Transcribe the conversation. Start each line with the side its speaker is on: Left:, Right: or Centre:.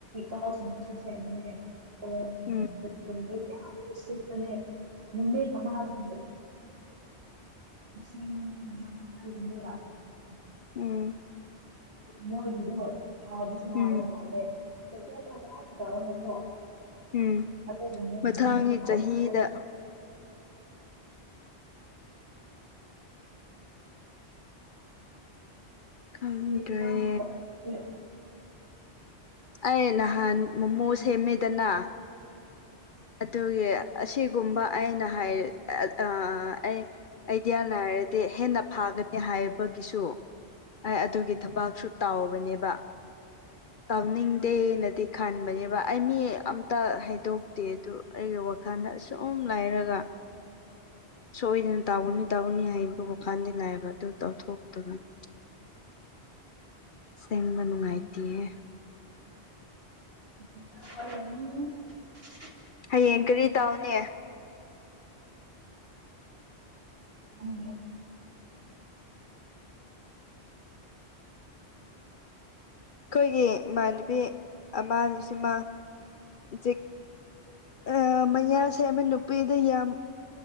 Right: ꯆꯍꯥꯎ ꯁꯨꯡꯕꯁꯨ ꯁꯦꯝꯕꯅꯦ ꯀꯣꯛ
Left: ꯎꯝ
Right: ꯀꯤ ꯀ꯭ꯔꯤ ꯀꯔ꯭ꯤꯅꯣ ꯌꯥꯝ ꯂꯩ ꯅꯦ ꯁꯤꯄꯅꯦ ꯅꯨꯃꯤꯠ ꯑꯃ ꯅꯤ ꯂꯤꯁꯤꯡ ꯌꯥꯡꯈꯩ ꯃꯨꯛ ꯂꯥꯛꯑꯦ ꯍꯥꯏꯕꯅꯦ
Left: ꯎꯝ
Right: ꯃꯣꯏꯒꯤꯗꯣ ꯍꯥꯥꯎꯕꯁꯨ ꯍꯥꯎꯕ
Left: ꯎꯝ
Right: ꯃꯥꯂꯦ ꯄꯦꯀꯦꯠ ꯐꯖꯅ ꯇꯧꯔꯒꯀꯣ
Left: ꯎꯝ
Right: ꯑꯗꯨꯒꯨꯝꯕ
Left: ꯃꯊꯪꯒꯤ
Right: ꯕꯤꯁꯅꯦꯁ <unintelligible>
Left: ꯆꯍꯤꯗ
Right: <unintelligible>
Left: ꯈꯪꯗ꯭ꯔꯦ ꯑꯩ ꯅꯍꯥꯟ ꯃꯣꯃꯣ ꯁꯦꯝꯃꯦꯗꯅ ꯑꯗꯨꯒꯤ ꯑꯁꯤꯒꯨꯝꯕ ꯑꯩꯅ ꯑꯩ ꯑꯥ ꯑꯩ ꯑꯥꯏꯗꯤꯌꯥ ꯂꯥꯏꯔꯗꯤ ꯍꯦꯟꯅ ꯐꯒꯅꯤ ꯍꯥꯏꯕꯒꯤꯁꯨ ꯑꯩ ꯑꯗꯨꯒꯤ ꯊꯕꯛꯁꯨ ꯇꯥꯎꯕꯅꯦꯕ ꯇꯧꯅꯤꯡꯗꯦꯅꯗꯤ ꯈꯟꯕꯅꯦꯕ ꯑꯩ ꯃꯤ ꯑꯝꯇ ꯍꯥꯏꯗꯣꯛꯇꯦ ꯑꯗꯨ ꯑꯩꯒꯤ ꯥꯍꯥꯟ ꯑꯁꯨꯨꯝ ꯂꯩꯏꯔꯒ ꯁꯣꯏꯗꯅ ꯇꯩꯒꯅꯤ ꯇꯧꯒꯅꯤ ꯍꯥꯏꯕ ꯋꯥꯈꯜꯗꯤ ꯂꯩꯕ ꯑꯗꯨ ꯂꯧꯊꯣꯛꯇꯣꯏꯅꯤ ꯁꯦꯡꯕ ꯅꯨꯡꯉꯥꯏꯇꯤꯌꯦ
Right: <unintelligible>
Left: ꯍꯌꯦꯡ ꯀꯔꯤ ꯇꯧꯅꯤ
Right: ꯈꯪꯗꯦ
Left: ꯑꯩꯈꯣꯏꯒꯤ ꯏꯃꯥꯟꯅꯕꯤ ꯑꯃꯅꯁꯨ ꯃꯥ ꯍꯧꯖꯤꯛ ꯑ ꯃꯌꯥꯥꯁꯦꯝꯕ ꯅꯨꯄꯤꯗꯤ ꯌꯥꯝ